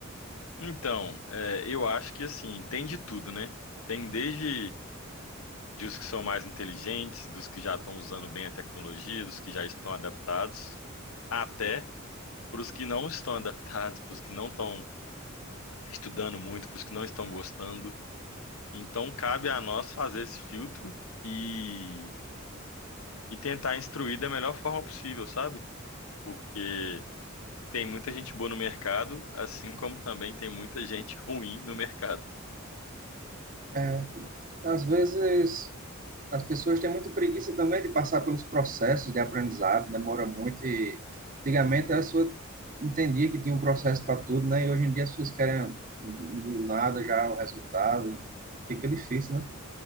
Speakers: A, on the left (about 85°); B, on the right (about 40°).
A: Então, é, eu acho que, assim, tem de tudo, né? Tem desde dos que são mais inteligentes, dos que já estão usando bem a tecnologia, dos que já estão adaptados, até para os que não estão <laughs> adaptados, para os que não estão estudando muito, para os que não estão gostando. Então, cabe a nós fazer esse filtro e, e tentar instruir da melhor forma possível, sabe? Porque tem muita gente boa no mercado, assim como também tem muita gente ruim no mercado.
B: É, às vezes as pessoas têm muita preguiça também de passar pelos processos de aprendizado, demora muito e antigamente a pessoa entendia que tinha um processo para tudo, né? E hoje em dia as pessoas querem do nada já o resultado, fica difícil, né?